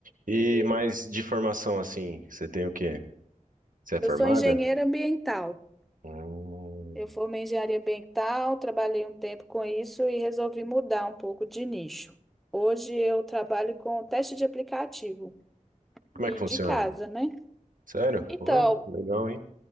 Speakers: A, on the right (about 85°); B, in the centre.
A: E
B: E
A: mais de formação, assim, você tem o quê? Você é
B: eu
A: formada?
B: sou engenheira ambiental.
A: Hum,
B: Eu formei em engenharia ambiental, trabalhei um tempo com isso e resolvi mudar um pouco de nicho. Hoje eu trabalho com teste de aplicativo.
A: Como
B: E
A: é que funciona?
B: de casa, né?
A: Sério?
B: Então,
A: Pô, legal, hein?